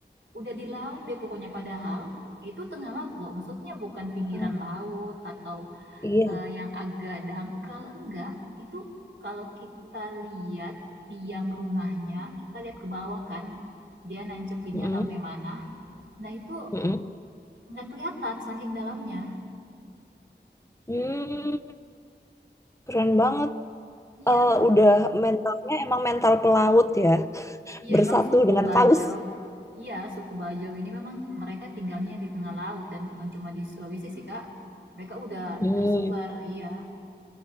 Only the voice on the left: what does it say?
Ah,
iya
Mm-mm,
mm-mm.
Hmm, keren banget
Eh, udah mentalnya emang mental pelaut ya
bersatu
dengan
paus
hmm.